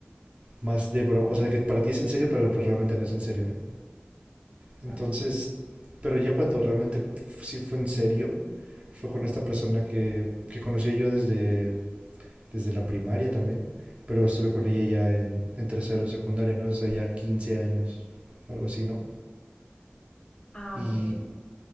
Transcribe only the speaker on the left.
Ok.
Ah,
ok.